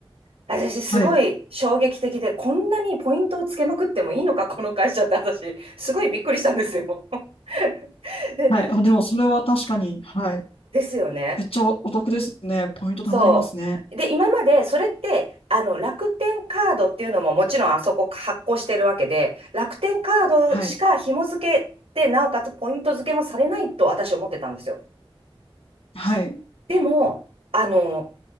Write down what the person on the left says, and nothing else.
はい。
はい。あ、でもそれは確かに、はい。
めっちゃお得ですね。ポイント貯まりますね。
はい。
はい。